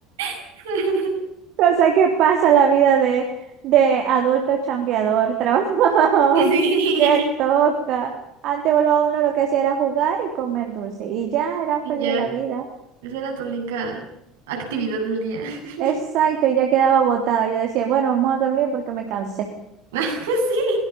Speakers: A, on the right (about 70°); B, on the right (about 50°).
A: <laughs>
B: Cosa que pasa la vida de, de adulto chambeador, trabajador,
A: Sí.
B: <laughs> que toca. Antes uno, uno lo que hacía era jugar y comer dulce. Y ya era
A: Y
B: feliz
A: ya.
B: de la vida.
A: Esa era tu única actividad del día. <laughs>
B: Exacto, y ya quedaba agotada. Yo decía, bueno, vamos a dormir porque me cansé.
A: <laughs> Sí.